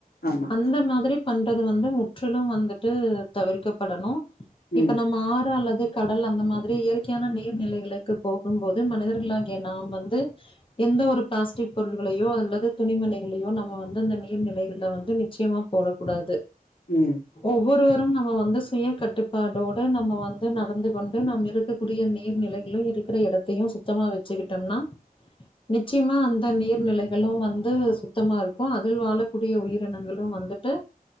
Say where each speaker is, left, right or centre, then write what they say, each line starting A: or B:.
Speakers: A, on the left (about 80°); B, on the left (about 35°).
A: ஆமா
B: அந்த மாதிரி பண்றது வந்து முற்றிலு வந்துட்டு தவிர்க்கப்படணு இப்ப
A: ம்
B: நம்ம ஆறு அல்லது கடல் அந்த மாதிரி இயற்கையான நீர் நிலைகளுக்கு போகும்போது மனிதர்களாகிய நாம் வந்து எந்த ஒரு பிளாஸ்டிக் பொருள்களையோ அல்லது துணி மணிகளையோ நம்ம வந்து அந்த நீர் நிலைகள்ல வந்து நிச்சயமா போடக் கூடாது
A: ம்
B: ஒவ்வொருவர் நம் நாம வந்து சுய கட்டுப் பாடோட நம்ம வந்து நடந்து கொண்டு நம் இருக்கக்கூடிய நீர்நிலைகளு இருக்குற எடத்தையு சுத்தமா வெச்சுக்கிட்டோம்னா நிச்சிமா அந்த நீர்நிலைகளு வந்து சுத்தமா இருக்கு அதில் வாழக்கூடிய உயிரினங்களு வந்துட்டு